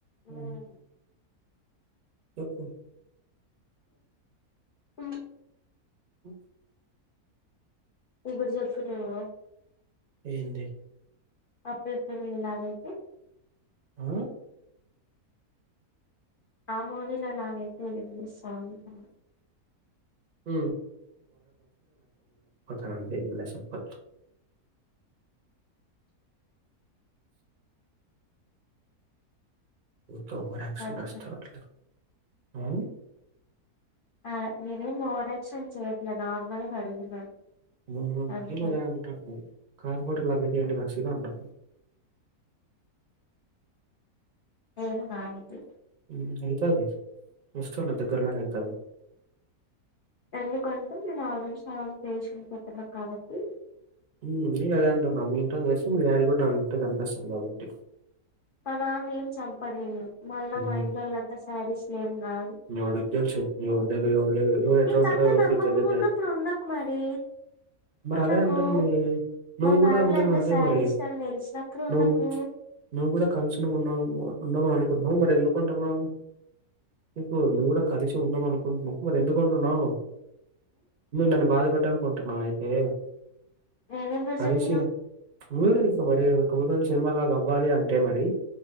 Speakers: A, on the left; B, on the right.
A: మ్
B: హ్మ్ చెప్పు
A: ఆ
B: ఓ
A: ఇప్పుడు జెప్పు నువ్వు
B: ఏంది
A: <unintelligible> మీలానుంచి
B: ఆ
A: ఆ మూవీల అలాగైపోఇంది సామీ లా
B: హు <unintelligible> సంపత్ తో <unintelligible>
A: అంతే
B: హు
A: ఆ నీవేం ఓవరాక్షన్ చేయట్లే నార్మల్ గ అడిగిన
B: హు
A: అంతే
B: నేను అదే అంటన్న <unintelligible> ఏంటి పరిస్థితి అంటాం
A: నేను కానీ తి
B: హుమ్ అయితది వస్తన్న దగ్గర లోనే అయితది
A: ఎందుకంటే నేను ఆల్రెడీ సగం పేషన్ చెప్పిన కాబట్టి
B: హుమ్ నేను అదే అంటున్నా మీ ఇంట్లోక్ తెలిస్తే నువ్ యాడ <unintelligible> కాబట్టి
A: మా నాన్న ఏం చంపడు నిన్ను మళ్ళా
B: హ్మ్
A: మా ఇంట్లో వాళ్ళంతా శాడిస్ట్ లేం కాదు
B: ఎవడికి తెలుసు ఎవరి దగ్గర ఎవరి దగ్గర ఎవరు ఎట్లా
A: నీకంత
B: ఉంటారో ఎవరికి
A: నమ్మకం
B: తెలిదు
A: ఉన్నప్పుడు ఉండకు మరి
B: మరి
A: ఉండకు
B: అదే అంటంది నువ్వు
A: మా
B: గూడా
A: ఫ్యామిలీ
B: అంటున్న
A: అంతా
B: అదే
A: శాడిస్ట్
B: మరి
A: అని తెలిసినప్పుడు ఉండకు
B: నువ్ నువ్వు గుడా కలిసుండం ఆన్నావ్ ఉండమని అనుకుంటున్నావు మరి ఎందుకుంటున్నావ్ చేప్పు నువ్వు గూడా కలిసి ఉండం అనుకుంటున్నపుడు మరి ఎందుకుంటున్నావు నన్ బాధపెట్ టనుకుంటున్నావైతే
A: నేనెప్పుడు
B: కలిసి
A: చెప్పినా
B: <unintelligible> <unintelligible> కొన్ని కొన్ని సినిమాలాగా అవ్వాలి అంటే మరి